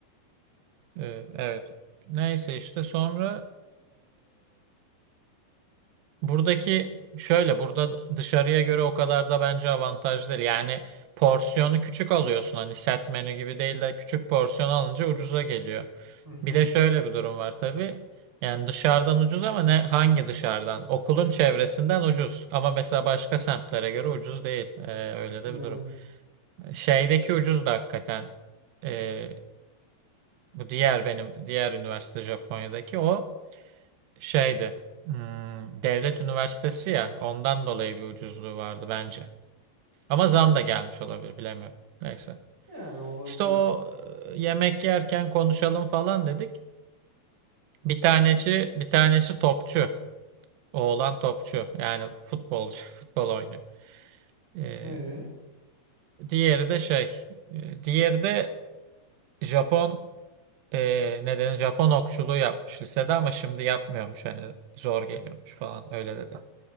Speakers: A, on the right (about 80°); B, in the centre.
A: Ee, evet. Neyse işte sonra Buradaki şöyle burada dışarıya göre o kadar da bence avantajlı değil. Yani porsiyonu küçük alıyorsun hani set menü gibi değil de küçük porsiyon alınca ucuza geliyor.
B: <laughs>
A: Bir de şöyle bir durum var tabii. Yani dışarıdan ucuz ama ne hangi dışarıdan? Okulun çevresinden ucuz ama mesela başka semtlere göre ucuz değil. Ee, öyle
B: Ne?
A: de bir durum. Şeydeki ucuz da hakikaten ee, bu diğer benim diğer üniversite Japonya'daki o şeydi. hmm, devlet üniversitesi ya. Ondan dolayı bir ucuzluğu vardı bence. Ama zam da gelmiş olabilir bilemiyorum. Neyse.
B: Yani olabilir.
A: İşte o e, yemek yerken konuşalım falan dedik. Bir taneci, bir tanesi topçu. Oğlan topçu. Yani futbolcu, <laughs> futbol oynuyor. E,
B: E?
A: diğeri de şey, e, diğeri de Japon e, nedeni Japon okçuluğu yapmış lisede ama şimdi yapmıyormuş hani zor geliyormuş falan öyle dedi.